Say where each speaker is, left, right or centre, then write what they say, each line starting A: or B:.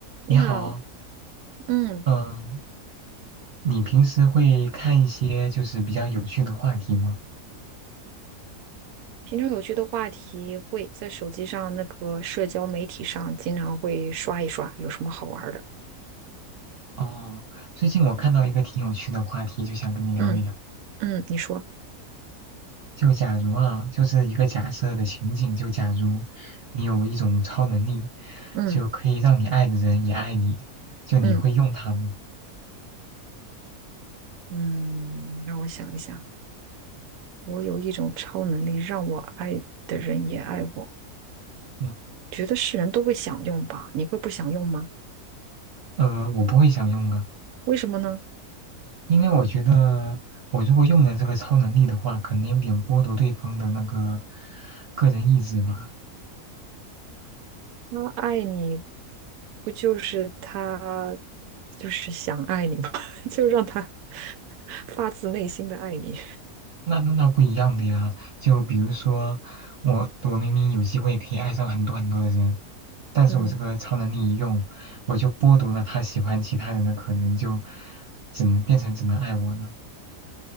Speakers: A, on the right; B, on the right.
A: 你好，
B: 你好，
A: 嗯，
B: 嗯，你平时会看一些就是比较有趣的话题吗？
A: 平常有趣的话题会在手机上那个社交媒体上经常会刷一刷，有什么好玩儿的？
B: 哦，最近我看到一个挺有趣的话题，就想跟你聊一聊。
A: 嗯嗯，你说，
B: 就假如啊，就是一个假设的情景，就假如你有一种超能力，
A: 嗯
B: 就可以让你爱的人也爱你，就你会用它吗？
A: 嗯嗯，让我想一想，我有一种超能力，让我爱的人也爱我，
B: 嗯，
A: 觉得是人都会想用吧？你会不想用吗？
B: 呃，我不会想用啊，
A: 为什么呢？
B: 因为我觉得我如果用了这个超能力的话，可能有点剥夺对方的那个个人意志吧。
A: 他爱你，不就是他就是想爱你吗？<laughs> 就让他 <laughs> 发自内心的爱你，
B: 那那那不一样的呀，就比如说，我我明明有机会可以爱上很多很多的人，但是我这个超能力一用，
A: 嗯。
B: 我就剥夺了他喜欢其他人的可能，就只能变成只能爱我了，